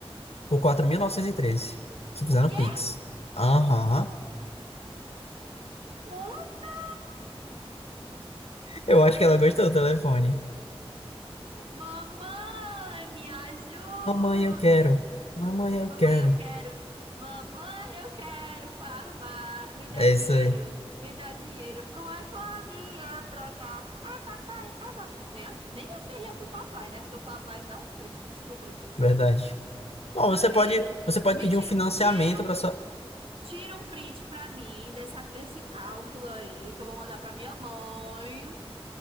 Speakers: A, on the left; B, on the right.
A: por 4.913. Se fizer
B: O
A: no
B: quê?
A: Pix. Aham.
B: Conta!
A: Eu acho que ela gostou do telefone.
B: Mamãe, me ajuda!
A: Mamãe, eu quero. Mamãe, eu
B: Mamãe,
A: quero.
B: eu quero! Mamãe, eu quero farmar! Me dá
A: É
B: dinheiro!
A: isso aí.
B: Me dá dinheiro pro iPhone eu trocar! Ai, papai! Ai, papai! Nem, nem me perder pro papai, né? Porque o papai me dá um murro se descobrir.
A: Verdade. Bom, você
B: Meu filho,
A: pode, você pode
B: me
A: pedir
B: tira,
A: um financiamento
B: tira um,
A: para sua.
B: tira um print pra mim dessa, desse cálculo aí que eu vou mandar pra minha mãe.